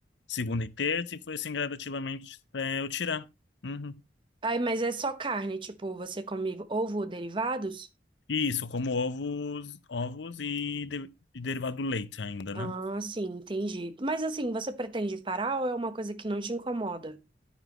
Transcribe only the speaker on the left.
segunda e terça, e foi assim gradativamente até eu tirar. Uhum.
Isso, como ovos, ovos e, de- e derivado do leite ainda,
né?